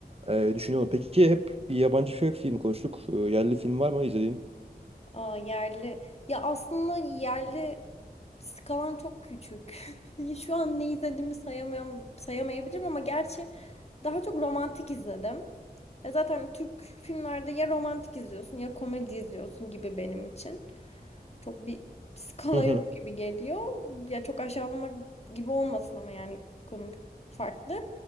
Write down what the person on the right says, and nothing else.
e, düşünüyorum. Peki hep yabancı film konuştuk. E, yerli film var mı izlediğin?
<laughs>